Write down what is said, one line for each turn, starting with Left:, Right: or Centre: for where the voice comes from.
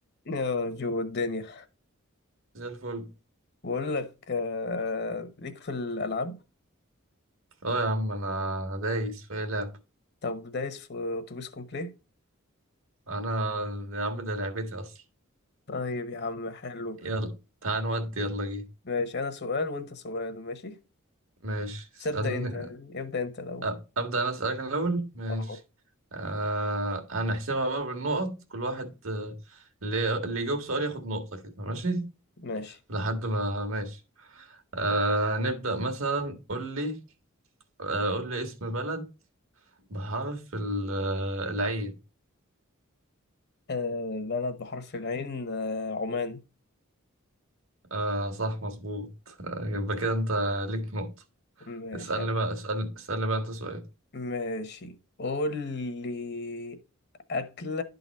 Left: يا جو الدنيا
Right: زي الفل
Left: بقول لك آه، ليك في الألعاب
Right: اه يا عم انا دايس في أي لعب
Left: طب دايس في أتوبيس كومبلي
Right: انا يا عم ده لعبتي اصلا
Left: طيب يا عم حلو
Right: يلا تعال نودي يلا جي
Left: ماشي أنا سؤال وأنت سؤال ماشي
Right: ماشي اسألني
Left: بس ابدأ أنت ابدأ أنت الأول
Right: أ- ابدأ انا اسألك أنا الاول ماشي
Left: أه
Right: آه هنحسبها بقى بالنقط كل واحد آه، اللي اللي يجاوب سؤال ياخد نقطة كده ماشي
Left: ماشي
Right: لحد ما ماشي آه نبدأ مثلا قول لي آه قول لي اسم بلد بحرف ال- آه، العين
Left: أه بلد بحرف العين أه عمان
Right: آه صح مظبوط آه، يبقى كده انت ليك نقطة
Left: ماشي
Right: اسألني
Left: أنا.
Right: بقى اسألني اسألني بقى انت سؤال
Left: ماشي قول لي أكلة